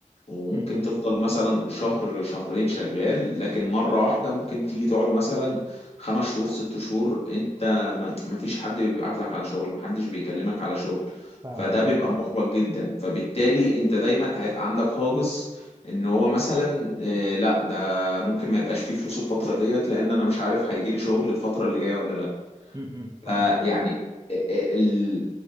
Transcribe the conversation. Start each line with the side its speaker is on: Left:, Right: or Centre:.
Left: وممكن
Right: امم
Left: تفضل مثلا شهر شهرين شغال لكن مرة واحدة ممكن تيجي تقعد مثلا خمس شهور ست شهور انت ما ما فيش حد بيبعت لك على شغل ما حدش بيكلمك على شغل
Right: فاهمك
Left: فده
Right: اه
Left: بيبقى محبط جدا فبالتالي انت دايما هيبقى عندك هاجس ان هو مثلا آه، لا ده ممكن ما يبقاش فيه فلوس الفتره ديت لان انا مش عارف هيجي لي شغل الفتره اللي جايه ولا لا
Right: امم
Left: فيعني
Right: فاهمك
Left: آه، آه، ال-